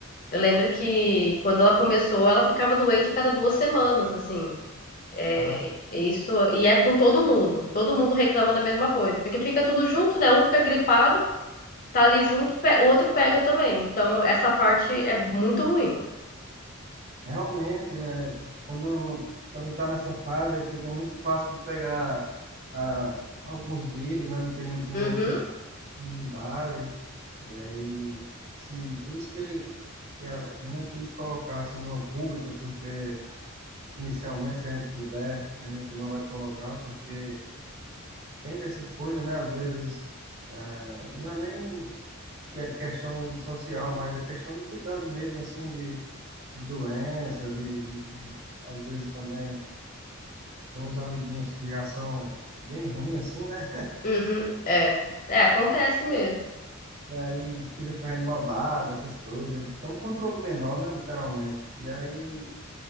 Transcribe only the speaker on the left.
Eu lembro que quando ela começou, ela ficava doente a cada duas semanas, assim. É,
isso, e é com todo mundo. Todo mundo reclama da mesma coisa, porque fica tudo junto, né? Um fica gripado, tá ali junto, pe- o outro pega também. Então, essa parte é muito ruim.
Uhum,
uhum, é. É, acontece mesmo.